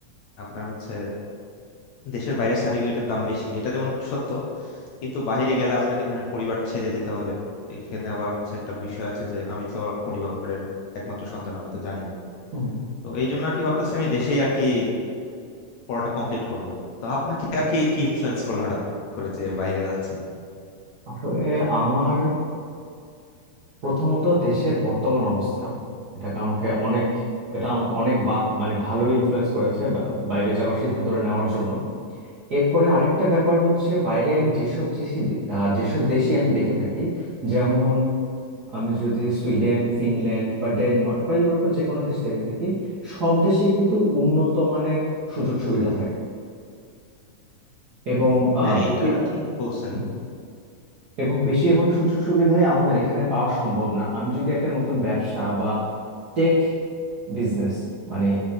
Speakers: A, on the left; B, on the right.
A: আপনার হচ্ছে দেশের বাইরের সার্টিফিকেটের দাম বেশি এটা যেমন সত্য কিন্তু বাইরে গেলে আপনাকে ধরেন পরিবার ছেড়ে যেতে হবে এখানে আবার হচ্ছে একটা বিষয় আছে যে আমি তো আবার পরিবারের একমাত্র সন্তান আপনি তো জানেন
B: হুম
A: তো এই জন্য আর কি ভাবতেছি আমি দেশেই আর কি পড়াটা কমপ্লিট করব তো আপনাকে আর কি কি ইনফ্লুয়েন্স করলো হঠাৎ করে যে বাইরে যাচ্ছেন
B: আসলে আমার প্রথমত দেশের বর্তমান অবস্থা এটাকে আমাকে অনেক এটা আমাকে অনেক বা- মানে ভালোই ইনফ্লুয়েন্স করেছে বা- বাইরে যাওয়ার সিদ্ধান্তটা নেওয়ার জন্য এরপরে আরেকটা ব্যাপার হচ্ছে বাইরে আমি যেসব দেশি দে- আহ, যেসব দেশই আমি দেখে থাকি যেমন আমি যদি সুইডেন ফিনল্যান্ড বা ডেনমার্ক বা ইউরোপের যে কোনো দেশ দেখে থাকি সব দেশে কিন্তু উন্নত মানের সুযোগ সুবিধা থাকে এবং আহ,
A: হ্যাঁ
B: বেশির
A: এটা ঠিক বলছেন
B: হুম, এবং বেশিরভাগ সুযোগ সুবিধাই আমাদের এখানে পাওয়া সম্ভব না আমি যদি একটা নতুন ব্যবসা বা টেক বিজনেস মানে